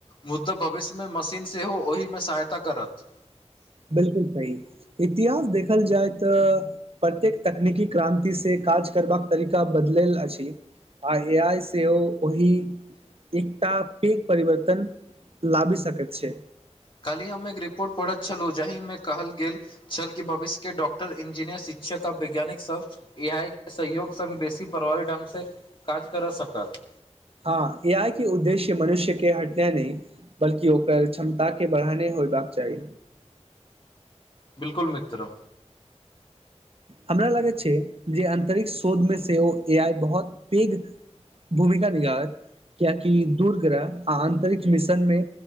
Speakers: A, on the left; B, on the right.
A: मुद्दा भविष्यमे मशीन सेहो ओहिमे सहायता करत
B: बिलकुल सही इतिहास देखल जाय तऽ प्रत्येक तकनीकी क्रान्ति से काज करबाक तरीका बदलल अछि आ ए आइ सेहो ओहि एकटा पैघ परिवर्तन लाबि सकैत छै
A: काल्हि हम एक रिपोर्ट पढ़ैत छलहुँ जाहिमे कहल गेल छलल कि भविष्यके डॉक्टर इंजीनियर शिक्षक आ वैज्ञानिक सभ ए आइ के सहयोग सङ्ग बेसी प्रभावी ढङ्गसँ काज करऽ सकत
B: हँ ए आइ के उद्देश्य मनुष्य के हटय नहि बल्कि ओकर क्षमता के बढ़ाने होयबाक चाही
A: बिलकुल मित्र
B: हमरा लागैत छै जे अंतरिक्ष शोध मे से ओ ए आइ बहुत पैघ भूमिका निगाहत किये कि दूर ग्रह आन्तरिक्ष मिशनमे